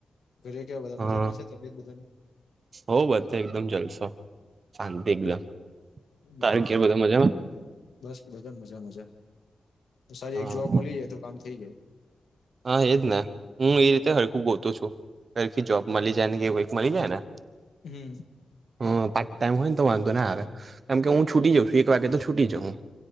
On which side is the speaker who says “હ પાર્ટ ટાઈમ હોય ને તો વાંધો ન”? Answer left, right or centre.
Right